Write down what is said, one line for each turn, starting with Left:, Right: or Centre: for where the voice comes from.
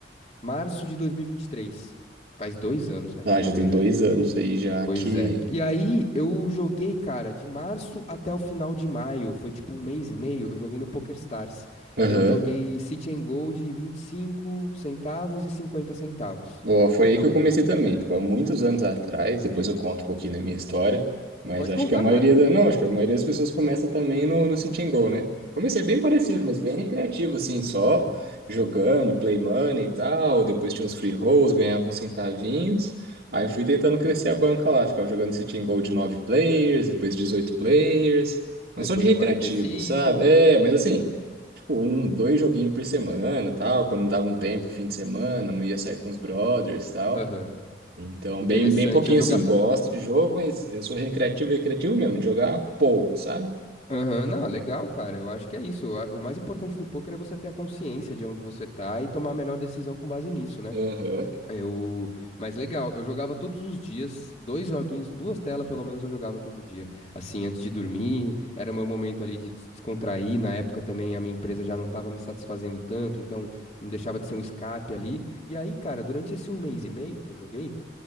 Left: Março de 2023. Faz dois anos, velho,
Right: Ah, já
Left: na verdade.
Right: tem dois anos aí já
Left: Pois
Right: que.
Left: é. E aí, eu joguei, cara, de março até o final de maio. Foi tipo um mês e meio. Eu joguei no PokerStars.
Right: Aham.
Left: E eu joguei City and Gold de 25 centavos e 50 centavos.
Right: Boa, foi
Left: Então,
Right: aí que eu comecei também, tipo, há muitos anos atrás, depois eu conto um pouquinho da minha história, mas
Left: pode
Right: acho
Left: contar,
Right: que a maioria
Left: cara.
Right: da, não, acho que a maioria das pessoas começa também no, no Sit and Go, né? Comecei bem parecido, mas bem recreativo, assim, só jogando, play money e tal, depois tinha uns free rolls, ganhava uns centavinhos, aí eu fui tentando crescer a banca lá, ficava jogando Sit and Go de 9 players, depois 18 players, mas
Left: Depois
Right: só de recreativo,
Left: do quarenta e cinco.
Right: sabe? É, mas assim tipo, um, dois joguinhos por semana, tal, quando dava um tempo, fim de semana, não ia sair com os brothers, tal.
Left: Aham.
Right: Então,
Left: Interessante.
Right: bem, bem pouquinho
Left: Eu jogar.
Right: assim, gosto de jogo, mas eu sou recreativo, recreativo mesmo, de jogar pouco, sabe?
Left: Aham, não, legal, cara. Eu acho que é isso. A- O mais importante do poker é você ter a consciência de onde você tá e tomar a melhor decisão com base nisso, né?
Right: Aham,
Left: Eu, mas legal, eu jogava todos os dias, dois joguinhos, duas telas pelo menos eu jogava todo dia. Assim, antes de dormir, era o meu momento ali de des- descontrair. Na época também a minha empresa já não estava me satisfazendo tanto, então não deixava de ser um escape ali. E aí, cara, durante esse um mês e meio que eu joguei,